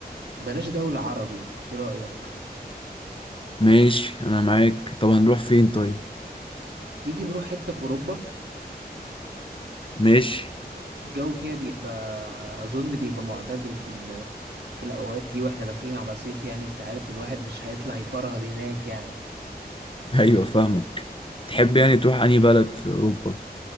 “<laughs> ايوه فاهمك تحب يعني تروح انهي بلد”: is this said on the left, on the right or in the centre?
Left